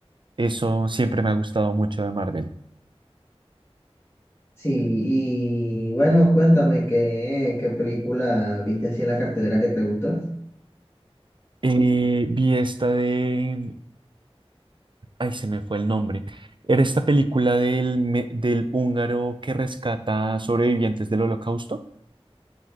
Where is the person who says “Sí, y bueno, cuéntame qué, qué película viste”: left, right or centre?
Left